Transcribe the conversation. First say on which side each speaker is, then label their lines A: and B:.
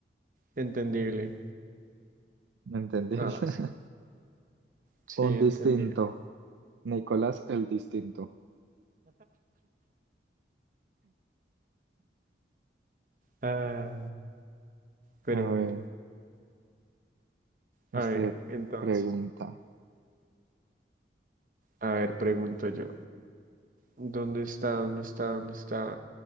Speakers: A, on the right (about 45°); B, on the right (about 80°).
A: entendible.
B: Entendí.
A: Ah,
B: <laughs>
A: sí, sí,
B: Un
A: entendible.
B: distinto. Nicolás el distinto.
A: Ah, pero
B: A
A: bueno,
B: ver, este,
A: a ver, entonces,
B: pregunta.
A: a ver, pregunto yo. ¿Dónde está? ¿Dónde está? ¿Dónde está?